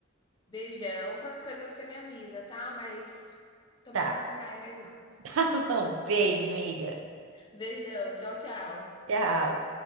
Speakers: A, on the left; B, on the right.
A: Beijão, qualquer coisa você me avisa, tá? Mas tomara
B: Tá,
A: que não caia mais não.
B: <laughs> tá bom. Beijo, miga.
A: Beijão, tchau, tchau.
B: Tchau.